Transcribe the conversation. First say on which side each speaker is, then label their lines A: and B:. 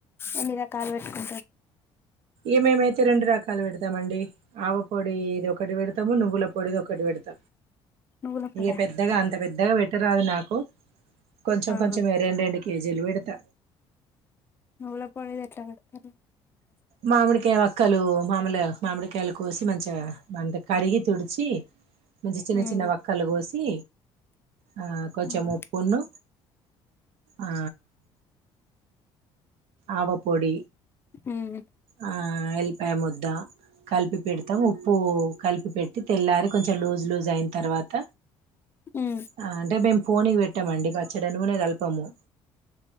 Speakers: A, on the left; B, on the right.
A: ఎన్ని రకాలు పెట్టుకు
B: ఏమేమైతే రెండు రక కాలు పెడతామండి ఆవ పొడి ఇది ఒకటి పెడతము నువ్వుల పొడిది ఒకటి పెడత
A: నువ్వుల పొడా
B: ఇక పెద్దగా అంత పెద్ద ద్దగా పెట్టరాదు నాకు కొంచెం
A: ఆహా
B: కొంచెం వేరే ఎండేయండి కేజేలు పెడత
A: నువ్వుల పొడిది ఎట్లా పెడతరు
B: మామిడికాయ వక్కలు మాముల మామిడికాయలు కోసి మంచిగా మంట కడిగి తుడిచి మంచి చిన్న
A: ఉమ్.
B: చిన్న వక్కలు కోసి ఆ కొంచెం
A: అవును.
B: ఉప్పున్ను ఆ ఆవపొడి
A: ఉమ్.
B: ఆ ఎల్లిపాయ ముద్ద కలిపి పెడతాం ఉప్పు కలిపి పెట్టి తెల్లారి కొంచెం లూజ్ లూజ్ అయిన తర్వాత
A: ఉమ్.
B: ఆ అంటే మేము పోనీ పెట్టామండి పచ్చడి నూనె కలపము